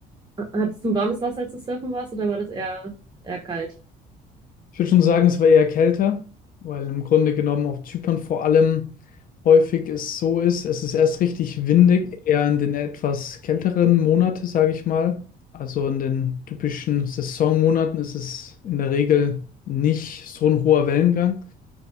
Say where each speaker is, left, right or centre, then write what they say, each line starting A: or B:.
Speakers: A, on the right; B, on the left.
A: Hattest du warmes Wasser, als du surfen warst, oder war das eher, eher kalt?
B: Ich würde schon sagen, es war eher kälter, weil im Grunde genommen auf Zypern vor allem häufig es so ist, es ist erst richtig windig, eher in den etwas kälteren Monaten, sage ich mal. Also in den typischen Saisonmonaten ist es in der Regel nicht so ein hoher Wellengang.